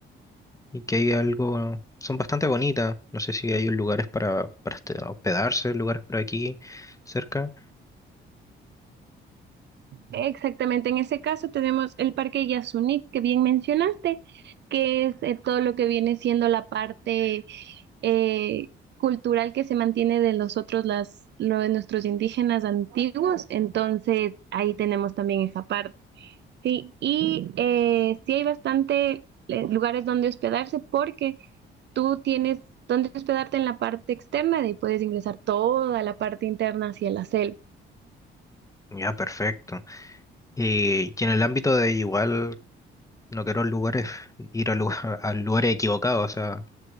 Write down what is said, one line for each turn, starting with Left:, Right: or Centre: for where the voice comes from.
Left: Y que hay algo, son bastante bonitas. No sé si hay lugares para, para este- hospedarse, lugares por aquí cerca.
Right: Exactamente, en ese caso tenemos el Parque Yasuní, que bien mencionaste, que es eh, todo lo que viene siendo la parte eh, cultural que se mantiene de nosotros, las, lo de nuestros indígenas antiguos, entonces ahí tenemos también esa parte. Sí, y eh, sí hay bastante eh, lugares donde hospedarse porque tú tienes donde hospedarte en la parte externa y puedes ingresar toda la parte interna hacia la selva.
Left: Ya, perfecto. Y, y en el ámbito de igual, no quiero lugares, ir a, lugar- <laughs> a lugares equivocados, o sea,